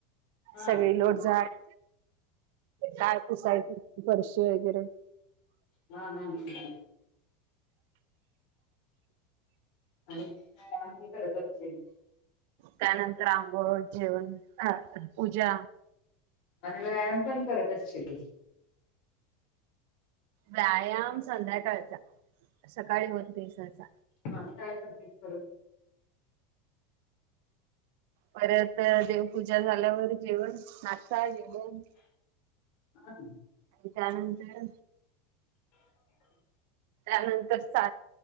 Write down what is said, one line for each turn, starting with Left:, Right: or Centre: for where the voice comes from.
Left: हा
Right: सगळी लोटझाट काय पुसायची फर्श वगैरे.
Left: हा हा हा. आणि काय <unintelligible> चेंज.
Right: त्यानंतर अंगोळ घेऊन पूजा.
Left: आणि व्यायाम पण करत असशील ती.
Right: व्यायाम संध्याकाळचा सकाळी होत दिवसाचा.
Left: हा आणि काय करतेस परत?
Right: परत देवपूजा झाल्यावर जेवण नाश्ता, जेवण.
Left: हां
Right: आणि त्यानंतर त्यानंतर सा